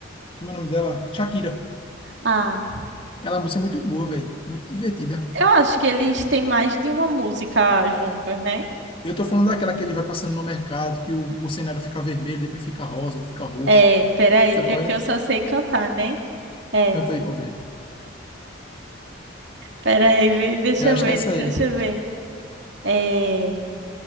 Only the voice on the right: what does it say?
Ah,
eu acho que eles têm mais de uma música juntos, né?
É, peraí,
é
que
eu só sei cantar, né? É.
Peraí, vê- deixa
eu
ver,
deixa eu ver. É...